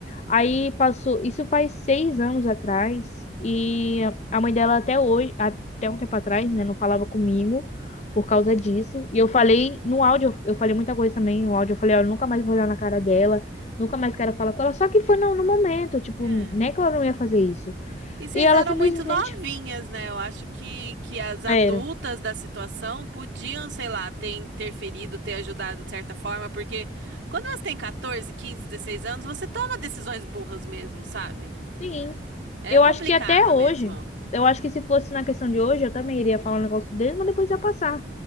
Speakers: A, on the left (about 35°); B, on the right (about 80°).
A: Aí passou, isso faz seis anos atrás, e a mãe dela até hoje, até um tempo atrás, né, não falava comigo por causa disso. E eu falei
B: uhum, uhum.
A: no áudio, eu falei muita coisa também no áudio, eu falei, olha, eu nunca mais vou olhar na cara dela, nunca mais quero falar com ela. Só que foi no, no momento, tipo,
B: É.
A: nem que ela não ia fazer isso.
B: E vocês
A: E ela
B: eram
A: simplesmente
B: muito novinhas, né? Eu acho que, que as adultas
A: era.
B: da situação podiam, sei lá, ter interferido, ter ajudado de certa forma, porque quando você tem 14, 15, 16 anos, você toma decisões burras mesmo, sabe?
A: Sim,
B: É
A: Eu
B: complicado
A: acho que até hoje,
B: mesmo.
A: eu acho que se fosse na questão de hoje, eu também iria falar um negócio dele, mas depois ia passar.